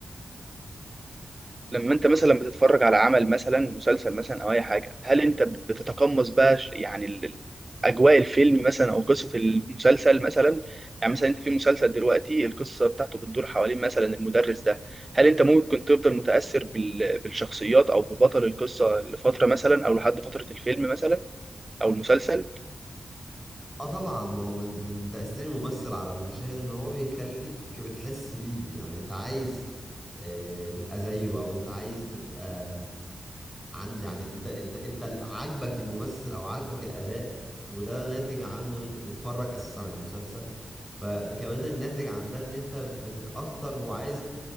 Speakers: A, on the right (about 30°); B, in the centre.
A: لما انت مثلا بتتفرج على عمل مثلا مسلسل مثلا او اي حاجه هل انت بتتقمص بقى ش- يعني ال- ال- اجواء الفيلم مثلا او قصه المسلسل مثلا يعني مثلا انت في مسلسل دلوقتي القصه بتاعته بتدور حوالين مثلا المدرس ده هل انت ممكن تفضل متاثر بال- بالشخصيات او ببطل القصه لفتره مثلا او لحد فتره الفيلم مثلا او المسلسل
B: اه طبعا ما هو من من تأثير الممثل على المشاهد ان هو بيخليك بتحس بيه يعني انت عايز آه، تبقى زيه او انت عايز تبقى عند يعني انت انت انت ال- عاجبك الممثل او عاجبك الاداء وده ناتج عنه ان انت بتتفرج اساسا على المسلسل فكمان الناتج عن ده ان انت بتتاثر وعايز